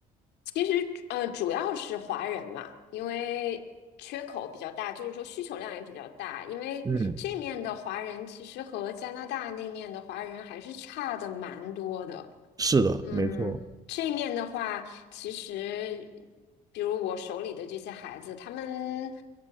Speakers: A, on the left; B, on the right.
A: 其实，呃，主要是华人嘛，因为缺口比较大，就是说需求量也比较大。因为这面的华人其实和加拿大那面的华人还是差的蛮多的。
B: 嗯，是的，
A: 嗯，
B: 没错。
A: 这面的话，其实比如我手里的这些孩子，他们